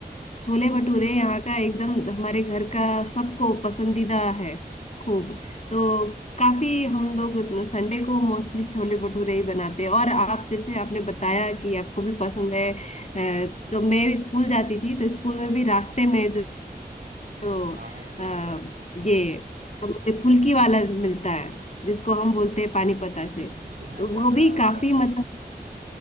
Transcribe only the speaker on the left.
छोले भटूरे यहाँ का एकदम हमारे घर का सबको पसंदीदा है खूब तो काफी हम लोग संडे को मोस्टली छोले भटूरे ही बनाते हैं और आप जैसे आपने बताया कि आपको भी पसंद है अ, तो मैं भी स्कूल जाती थी तो स्कूल में भी रास्ते में जो, जो
अ, ये फुल्की वाला मिलता है जिसको हम बोलते हैं पानी पताशे
तो
वो भी
काफी
मतलब